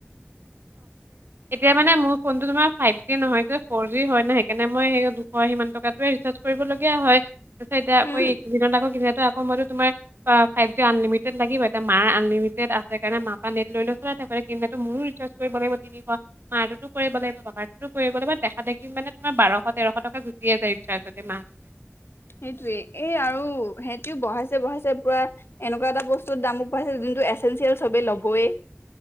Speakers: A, on the right; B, on the left.
A: এতিয়া মানে মোৰ ফোনটো তুমাৰ মানে ফাইভ জি নহয় যে ফৰ জি হয়, ত' সেইকাৰণে মানে সিমানটকায়ে ৰিচাৰ্জ কৰিবলগীয়া হয়। তাৰপিছত এতিয়া
B: উম
A: আকৌ, এইকেইদিনত আকৌ <unintelligible> তুমাৰ ফাইভ কে আনলিমিটেড লাগিব, এতিয়া মাঁৰ আনলিমিটেড আছে কাৰণে মাঁৰ পৰা নেট লৈ লৈ চা তে কিন্ত মোৰো ৰিচাৰ্জ কৰিব লাগিব। তিনিশ মাটোতো কৰিব লাগিব, পাপাটোতো কৰিব লাগিব, দেখা দেখি মানে তোমাৰ বাৰশ তেৰশ টকা গুচিয়ে যায় ৰিচাৰ্জতে মাহতে।
B: সেইটোৱে, এই আৰু সেইটোও বঢ়াইছে বঢ়াইছে পুৰা এনেকুৱা এটা বস্তুত দামো বঢ়াইছে যোনটো এচেঞ্চিয়েল সবেই ল'বই।